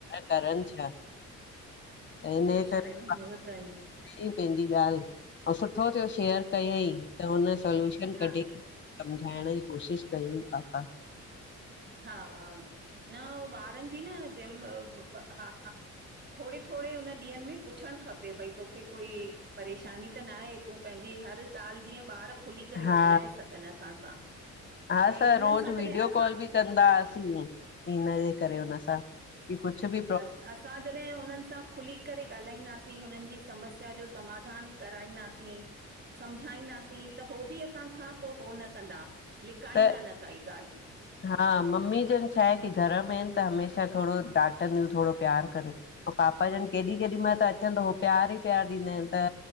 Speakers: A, on the left (about 40°); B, on the right (about 35°).
A: करन छा त हिनजे
B: ॿियो
A: करे
B: छा ॿुधायो
A: ई पंहिंजी ॻाल्ह ऐं सुठो थयो शेयर कयंई त हुन सोल्यूशन
B: हा
A: कॾयई समझायण जी कोशिश कंदी पापा
B: हा न उह ॿारन जी न जेम हा हा थोडी थोडी हुन ॾींहंन में पुछण खपे भई तोखे कोई परेशानी त नाहे तूं पंहिंजी हर ॻाल्ह जीअं ॿार खुली करे
A: हा
B: ॻाल्हाए सघे। कन असां सां।
A: हा
B: भई
A: असां
B: हुनन
A: रोज़
B: सां जॾी
A: वीडियो
B: अ
A: कॉल बि कंदाअसीं हिन करे हुन सां की कुछ बी
B: अ असां जॾहे हुनन सां खुली करे ॻाल्हाईंदासीं हुनन जी समस्या जो समाधान कराईंदासीं समझाईंदासीं त हो बी असांखां पो हो न कंदा। लिकाईंदा
A: त
B: न काई ॻाल्ह।
A: हा मम्मी जन छा आहे की घर में ईन त हमेशा थोडो डाटंदियूं थोडो प्यार कंदियूं पो पापा ॼन केॾी केॾी माल त अचन त ओ प्यार ई प्यार ॾींदा आहिन त